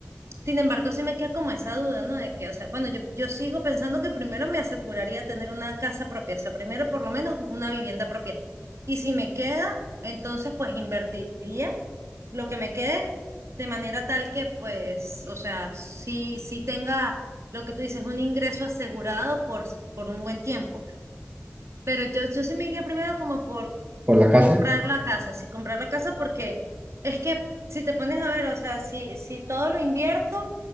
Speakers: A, on the right; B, on the right.
A: Sin embargo, sí me queda como esa duda, ¿no? De que, o sea, bueno, yo, yo sigo pensando que primero me aseguraría tener una casa propia, o sea, primero por lo menos una vivienda propia. Y si me queda, entonces pues invertiría lo que me quede de manera tal que pues, o sea, sí, sí tenga lo que tú dices, un ingreso asegurado por, por un buen tiempo. Pero yo, yo sí me iría primero como por
B: por
A: mm,
B: la casa.
A: comprar la casa, sí, comprar la casa porque es que si te pones a ver, o sea, si, si todo lo invierto